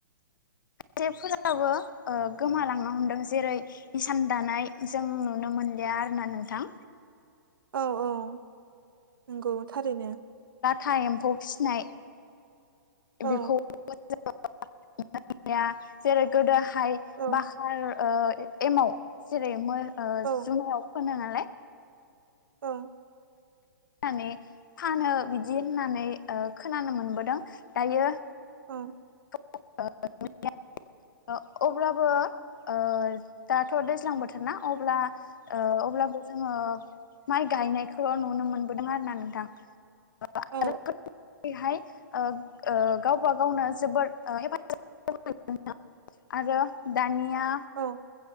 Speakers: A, on the left; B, on the right.
A: जेफोराबो ओ गोमालांनो हमदों जेरै हिसान दानाय जों नुनो मोन लिया आरो ना नोंथां।
B: औ औ नंगौ थारैनो।
A: था एम्फौ फिसिनाय
B: औ
A: बेखौ <inaudible> जेरै गोदोहाय
B: औ
A: बाखार ओ एमाव जेरै मोर ओ
B: औ
A: जुमायाव फोनो नालाय
B: औ।
A: नानै फानो बिदि होननानै ओ खोनानो मोनबोदों दायो
B: औ।
A: <unintelligible> अब्लाबो ओ दाथ' दैज्लां बोथोर ना अब्ला ओ अब्लाबो जोङो माइ गायनायखौल' नुनो मोनबोदों आरो ना नोंथां। <unintelligible>
B: औ
A: हाय। ओ ओ गावबा गावनो जोबोद ओ हेफाजाब <unintelligible> आरो दानिया
B: औ